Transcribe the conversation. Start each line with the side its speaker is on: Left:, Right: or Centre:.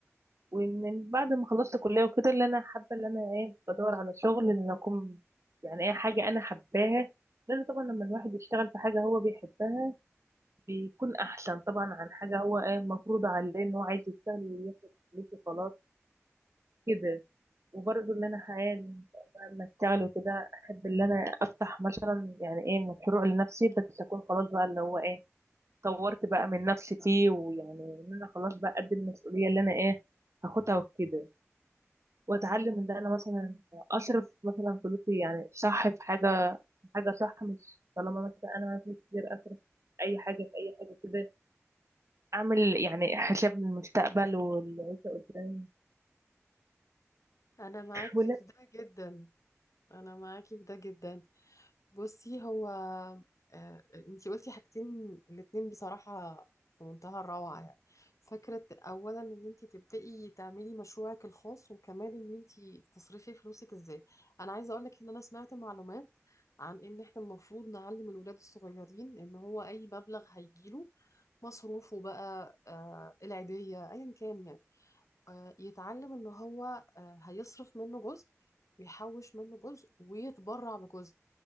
Right: وان بعد ما خلصت كليه وكده اللي انا حابه اللي انا ايه بدور على شغل ان اكون يعني ايه حاجه انا حباها لان طبعا لما الواحد يشتغل في حاجه هو بيحبها بيكون احسن طبعا عن حاجه هو ايه مفروض عليه ان هو عايز يشتغل وياخد فلوس وخلاص كده وبرضه اللي انا حالي لما اشتغل وكده احب اللي انا افتح مثلا يعني ايه مشروع لنفسي بس اكون خلاص بقى اللي هو ايه طورت بقى من نفسي فيه ويعني ان انا خلاص بقى قد المسؤوليه اللي انا ايه هاخدها وكده واتعلم ان انا مثلا اصرف مثلا فلوسي يعني صح في حاجه حاجه صح مش طالما مثلا انا فلوس كتير اصرف اي حاجه في اي حاجه كده اعمل يعني حساب للمستقبل والعيشه قدام
Left: انا معاكي
Right: ولا
Left: في ده جدا انا معاكي في ده جدا بصي هو آه، انتي قلتي حاجتين الاتنين بصراحة في منتهى الروعة يعني فكرة اولا ان انتي تبدأي تعملي مشروعك الخاص وكمان ان انتي تصرفي فلوسك ازاي انا عايزة اقولك ان انا سمعت معلومات عن ان احنا المفروض نعلم الولاد الصغيرين ان هو اي مبلغ هيجيله مصروفه بقى آه، العيدية ايا كان يعني آه، يتعلم ان هو آه، هيصرف منه جزء ويحوش منه جزء ويتبرع بجزء